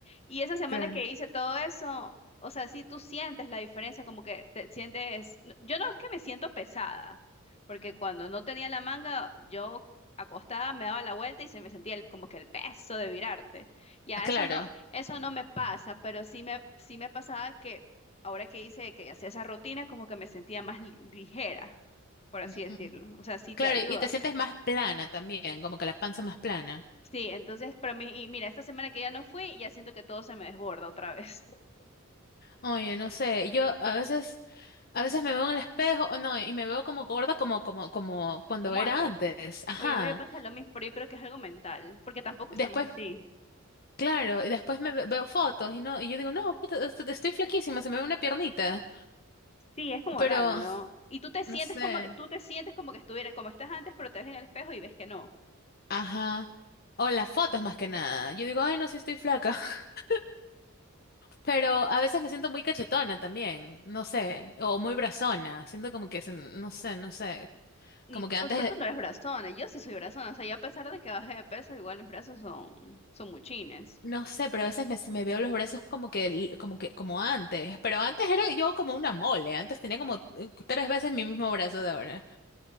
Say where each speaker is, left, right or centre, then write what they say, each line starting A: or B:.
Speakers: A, on the left (about 30°); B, on the left (about 45°).
A: Y esa semana
B: Claro.
A: que hice todo eso, o sea, sí tú sientes la diferencia, como que te sientes, no, yo no es que me siento pesada, porque cuando no tenía la manga, yo acostada, me daba la vuelta y se me sentía el- como que el peso de virarte. Ya,
B: Claro.
A: eso no, eso no me pasa, pero sí me, sí me pasaba que ahora que hice, que hacía esa rutina, como que me sentía más li- ligera, por así
B: Ujú.
A: decirlo. O sea, sí
B: Claro,
A: te ayuda.
B: y te sientes más plana también, como que la panza más plana.
A: Sí, entonces, pero mi- y mira, esta semana que ya no fui, ya siento que todo se me desborda otra vez, <laughs>
B: Oye, no sé, yo a veces, a veces me veo en el espejo, o no, y me veo como gorda, como, como, como cuando
A: como
B: era
A: antes.
B: antes, ajá.
A: Oye, a mí me pasa lo mismo, pero yo creo que es algo mental, porque tampoco
B: Después,
A: estamos así.
B: claro, y después me ve- veo fotos y no, y yo digo, no, puta, est- estoy flaquísima, se me ve una piernita,
A: Sí, es como
B: pero
A: raro, ¿no? Y tú te sientes
B: no sé,
A: como, tú te sientes como que estuviera, como estás antes, pero te ves en el espejo y ves que no.
B: ajá. O las fotos más que nada. Yo digo, ay, no, sí estoy flaca, <laughs> pero a veces me siento muy cachetona también, no sé, o muy brazona, siento como que, se- no sé, no sé,
A: ni,
B: como
A: t-
B: que antes
A: oh, perdón, no eres brazona, yo sí soy brazona, o sea, yo a pesar de que bajé de peso, igual mis brazos son, son muchines.
B: No sé, pero a veces me, si me veo los brazos como que, l- como que, como antes. Pero antes era yo como una mole. Antes tenía como eh, tres veces mi mismo brazo de ahora.